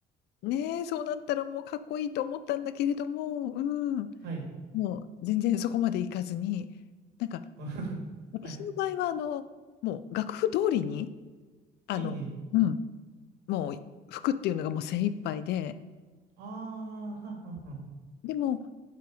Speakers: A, on the left (about 75°); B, on the right (about 80°).
A: ねえ、そうなったらもうかっこいいと思ったんだけれども、うん、
B: はい。
A: もう全然そこまでいかずに、なんか
B: <laughs>
A: 私の場合はあの、
B: はい。
A: もう楽譜通りに、あの、
B: ええ。
A: うん、もう服っていうのがもう精一杯で、
B: ああ、はんはんはん。
A: でも